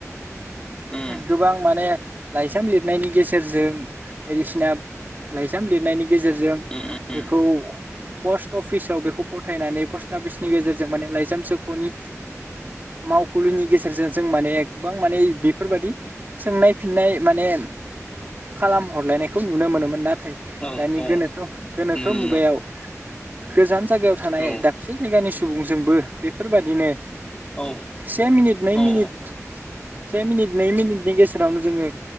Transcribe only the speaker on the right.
गोबां माने लाइजाम लिरनायनि गेजेरजों बायदिसिना लाइजाम लिरनायनि गेजेरजों
बेखौ पस्ट अफिसाव बेखौ खौ फथायनानै पस्टाफिसनि गेजेरजों माने लाइजाम सोख'नि मावखुलिनि गेजेरजों जों माने गोबां माने बेफोरबादि सोंनाय फिननाय माने खालाम हरलायनायखौ नुनो मोनोमोन नाथाय
दानि
गोनोखो गोनोखो
मुगायाव गोजान जागायाव थानाय
दाबसे जायगानि सुबुंजोंबो बेफोरबादिनो
से मिनिट नै
मिनिट से मिनिट नै मिनिटनि गेजेरावनो जोङो